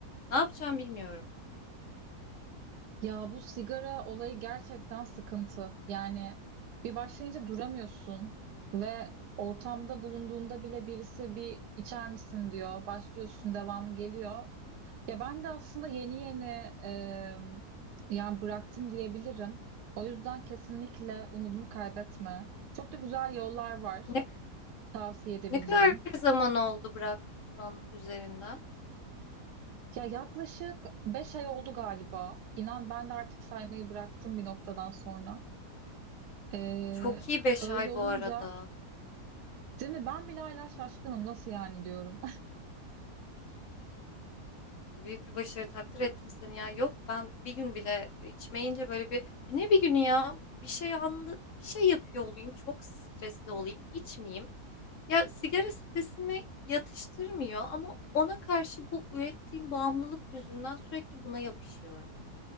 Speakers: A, on the left; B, on the right.
A: Ne yapacağım bilmiyorum.
B: Ya bu sigara olayı gerçekten sıkıntı. Yani bir başlayınca duramıyorsun ve ortamda bulunduğunda bile birisi bir içer misin diyor. Başlıyorsun, devamı geliyor. Ya ben de aslında yeni yeni e, yani bıraktım diyebilirim. O yüzden kesinlikle umudunu kaybetme. Çok da güzel yollar var
A: Ne,
B: tavsiye edebileceğim.
A: ne kadar zaman oldu bırakman üzerinden?
B: Ya yaklaşık beş ay oldu galiba. İnan ben de artık saymayı bıraktım bir noktadan sonra. Ee,
A: Çok iyi 5
B: öyle
A: ay
B: olunca
A: bu arada.
B: değil mi? Ben bile hala şaşkınım nasıl yani diyorum.
A: Büyük bir başarı takdir ettim seni ya. Yok ben bir gün bile içmeyince böyle bir ne bir günü ya bir şey anlı bir şey yapıyor olayım çok stresli olayım içmeyeyim. Ya sigara stresimi yatıştırmıyor ama ona karşı bu ürettiğim bağımlılık yüzünden sürekli buna yapışıyorum.